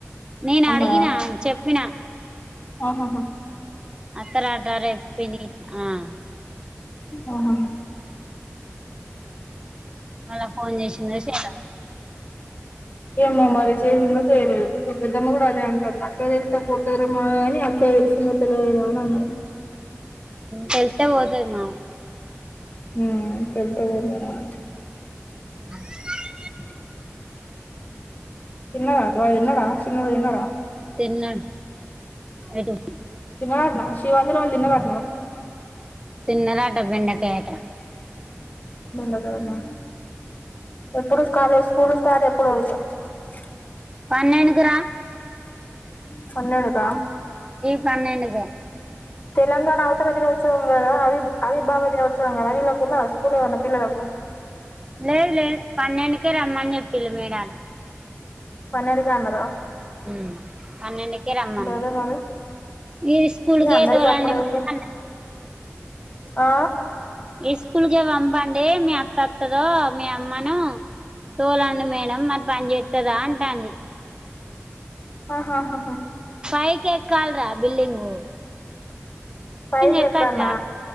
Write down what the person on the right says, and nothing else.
నేను
అడిగినా చెప్పినా
అత్త రాటారేప్ పిన్ని గిట్ల ఆ
మళ్ళ ఫోన్ చేసిందో చేయలె
తెలుత్తే పోతది మాగ
అమ్మమ్మా
తిన్నడు ఎటు
తిన్న రా ట్ ట బెండకాయటా
పన్నేండుకు రా
ఈ పన్నెండుకు
లేదు లేదు పన్నెండుకే రమ్మని చెప్పిళ్ళు మేడాలు
హ్మ్ పన్నెండుకే రమ్మన్నది.
ఈ స్కూల్కే
తోలండి
అన్నది.
ఈ స్కూల్కే పంపండి. మీ అత్త అత్తదో, మీ అమ్మను తోలండి. మే రమ్మన్ పని చేేత్తాదా. అంటాది
పైకి ఎక్కాలరా బిల్డింగ్.
ఎక్కద్దా